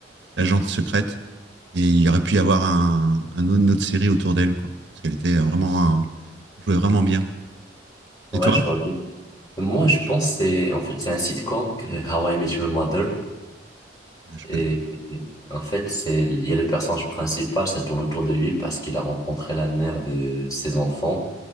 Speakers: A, on the right; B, on the left.
A: l'agente secrète. Et il aurait pu y avoir un, un autre- une autre série autour d'elle, quoi. Parce qu'elle était euh, vraiment, un- jouait vraiment bien. Et
B: Ouais,
A: toi?
B: je vois bien. Moi, je pense que c'est en fait c'est un sitcom que How I Met Your Mother
A: Ah, Je
B: et,
A: connais.
B: et en fait c'est il y a le personnage principal, ça tourne autour de lui parce qu'il a rencontré la mère de ses enfants